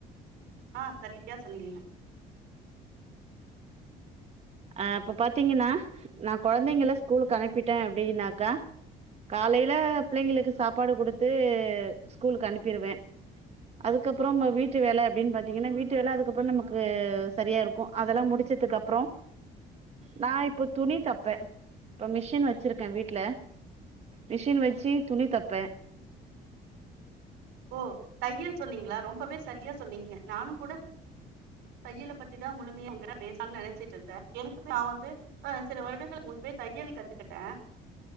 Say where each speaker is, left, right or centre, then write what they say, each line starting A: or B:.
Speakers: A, on the right; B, on the right.
A: ஆ செரியா சொன்னீங்க
B: ஆ இப்ப பாத்தீங்கன்னா நான் கொழந்தைங்க ஸ்கூலுக்கு அனுப்பிட்டேன் அப்பிடின்னாக்கா காலையில பிள்ளைங்களுக்கு சாப்பாடு கொடுத்து ஸ்கூலுக்கு அனுப்பிருவேன் அதுக்கப்பறம் நம் வீட்டு வேலை அப்பிடின்னு பாத்தீங்கன்னா வீட்டு வேலை அதுக்கப்பறம் நமக்கு செரியா இருக்கும் அதெல்லாம் முடிச்சதுக்கு அப்பறம் நான் இப்போ துணி தெப்பேன் இப்ப மிஷின் வச்சிருக்கேன் வீட்ல மிஷின் வச்சு துணி தெப்பே
A: ஓ தையல் சொன்னீங்களா ரொம்பவே செரியா சொன்னீங்க நானும் கூட தையலை பத்திதான் முழுமையாங்கிற பேசாம்னு நெனைச்சிட்டு இருந்தேன் எனக்கு நான் வந்து ஆ சில வருடங்களுக்கு முன்பே தையல் கத்துக்கிட்டேன்